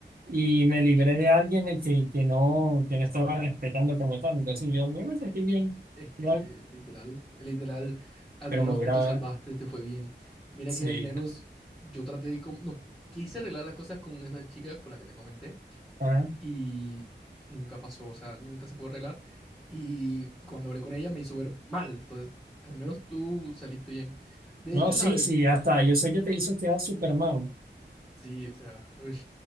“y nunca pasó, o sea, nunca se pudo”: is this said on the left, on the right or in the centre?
Centre